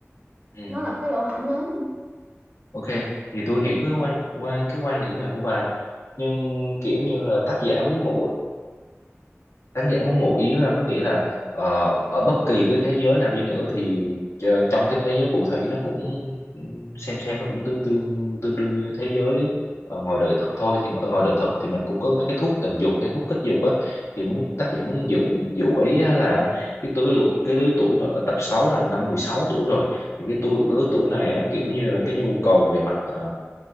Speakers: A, on the left; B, on the right.
A: ừ
B: nó là một cái lỗ hổng lớn
A: Ok, thì tôi hiểu cái quan quan cái quan điểm này của bà nhưng kiểu như là tác giả muốn ngụ khán giả muốn ngụ ý là có nghĩa là ờ, ở bất kỳ cái thế giới nào đi nữa thì ch- trong cái thế giới phù thủy nó cũng xem xem nó cũng tương tương tương đương như thế giới ở ngoài đời thật thôi thì ở ngoài đời thật thì mình cũng có mấy cái thuốc tình dục hay thuốc kích dục á thì muốn tác giả muốn dụ dụ ý á là cái tuổi lụ- cái lứa tuổi mà ở tập 6 là năm 16 tuổi rồi thì cái tuổi lứa tuổi này á, kiểu như là cái nhu cầu về mặt ờ,